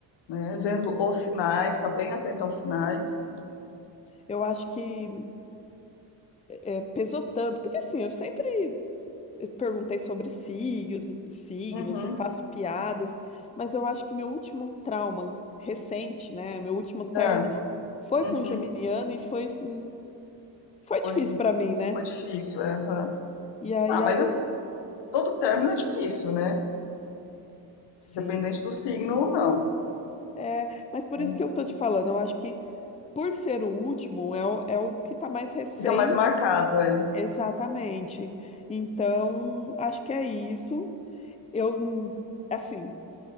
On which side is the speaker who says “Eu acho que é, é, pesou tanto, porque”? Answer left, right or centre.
Left